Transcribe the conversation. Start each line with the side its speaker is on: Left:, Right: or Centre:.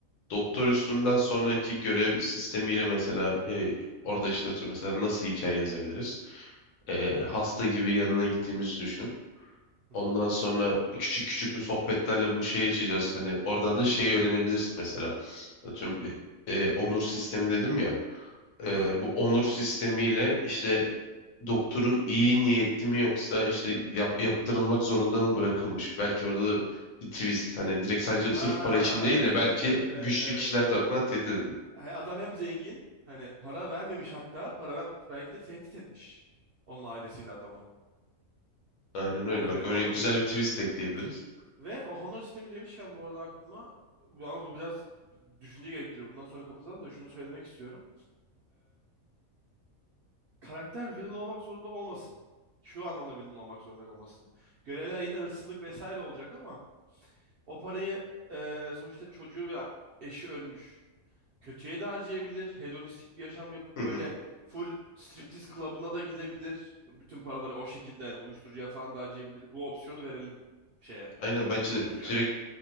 Left: Doktor üstünden sonraki görev sistemiyle mesela e, orada işte atıyorum mesela nasıl hikaye yazabiliriz? E, hasta gibi yanına gittiğimizi düşün.
Right: Hı
Left: Ondan
Right: hı.
Left: sonra küçük küçük bir sohbetlerle bu şeyi açacağız. Hani oradan da şeyi öğrenebilirsin mesela. Atıyorum bir, e, onur sistemi dedim ya. E,
Right: Aha.
Left: bu onur sistemiyle işte doktorun iyi niyetli mi yoksa işte yap- yaptırılmak zorunda mı bırakılmış? Belki orada bir twist hani direkt sadece
Right: Ha
Left: sırf para için değil
Right: evet
Left: de belki
Right: evet evet evet
Left: güçlü
Right: evet
Left: kişiler
Right: evet.
Left: tarafından tehdit edildi.
Right: He, Adam hem zengin hani para vermemiş hatta para vermemiş belki de tehdit etmiş onun ailesiyle adama.
Left: Aynen
Right: Ha,
Left: öyle
Right: o da
Left: bak.
Right: bir o
Left: Öyle güzel
Right: da bir
Left: bir twist
Right: şey.
Left: de ekleyebiliriz.
Right: Ve o honor sistemi demişken bu arada aklıma bu- ama bu biraz düşünce gerektiriyor. Bundan sonra kapatalım da şunu söylemek istiyorum. karakter villain olmak zorunda olmasın. Şu anlamda villain olmak zorunda olmasın. Görevler yine hırsızlık vesaire olacak ama o parayı e, sonuçta çocuğu ve eşi ölmüş. Kötüye de harcayabilir. Hedonistik bir yaşam yapıp
Left: Hı
Right: böyle
Left: hı.
Right: full striptiz klubuna da gidebilir. Bütün paraları o şekilde yani uyuşturucuya falan da harcayabilir. Bu opsiyonu verelim şeye,
Left: Aynen bence
Right: oyuncuya.
Left: de direkt